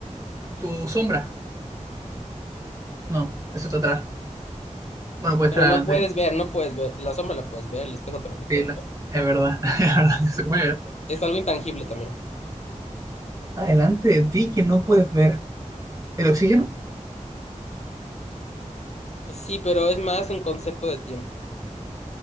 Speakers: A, on the right (about 25°); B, on the left (about 60°).
A: tu sombra. No, eso está atrás. Bueno, puede
B: pero
A: estar adelante.
B: no puedes
A: ¿eh?
B: ver, no puedes ver. La sombra la puedes ver, el espejo también lo
A: Sí,
B: puedes
A: las-
B: ver.
A: es verdad. <laughs> Es verdad que se puede ver.
B: Es algo intangible también.
A: Adelante de ti que no puedes ver. ¿El oxígeno?
B: Sí, pero es más un concepto de tiempo,